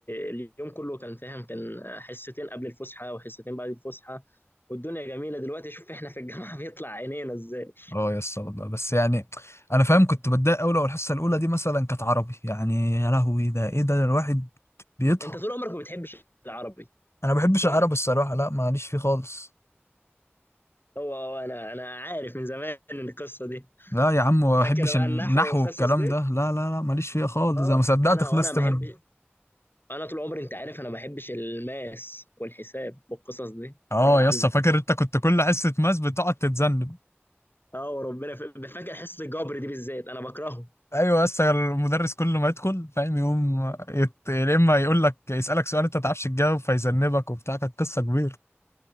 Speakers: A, on the left (about 55°); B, on the left (about 85°).
A: اليوم كله كان فاهم كان حصتين قبل الفسحه وحصتين بعد الفسحه والدنيا جميله دلوقتي شوف احنا في الجامعه <laughs> بيطلع عينينا ازاي
B: اه يس والله بس يعني انا فاهم كنت بتضايق قوي لو الحصه الاولى دي مثلا كانت عربي يعني يا لهوي ده ايه ده, ده الواحد بيطهق
A: انت طول عمرك ما بتحبش العربي
B: انا ما بحبش
A: صح
B: العربي الصراحه لا ماليش فيه خالص
A: هو هو انا انا عارف من زمان ان القصه دي
B: لا يا عم ما بحبش
A: فاكر بقى
B: النحو
A: النحو والقصص
B: والكلام
A: دي
B: ده لا لا لا ماليش فيه خالص
A: اه
B: انا ما صدقت
A: انا
B: خلصت
A: وانا بحب
B: منه
A: انا طول عمري انت عارف انا ما بحبش الماس والحساب والقصص دي
B: اه
A: بره عني
B: يس فاكر انت كنت كل حصه ماس بتقعد تتذنب
A: اه وربنا ف... فاكر حصه الجبر دي بالذات انا بكرهه
B: ايوه بس المدرس كل ما يدخل فاهم يقوم يت... يا اما يقول لك يسالك سؤال انت ما تعرفش تجاوب فيذنبك وبتاع كانت قصه كبيره